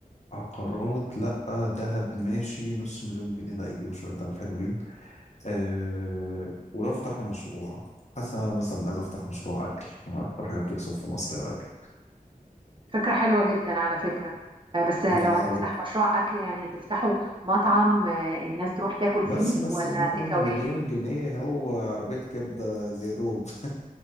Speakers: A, on the left; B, on the right.
A: عقارات لا ذهب ماشي نص مليون جنيه لا يجيبوا شويه ذهب حلوين آه ولو فتحنا مشروع حاسس إن أنا مثلا عايز افتح مشروع اكل اكتر حاجه بتكسب في مصر الاكل
B: فكرة حلوة جدا على فكرة آه، بس لو
A: العربي
B: هتفتح مشروع أكل يعني تفتحوا مطعم آه، الناس تروح تاكل
A: بس
B: فيه
A: بس
B: ولا
A: ما
B: تيك
A: قلنا
B: أواي
A: مليون جنيه هو عربية كبدة زيادوب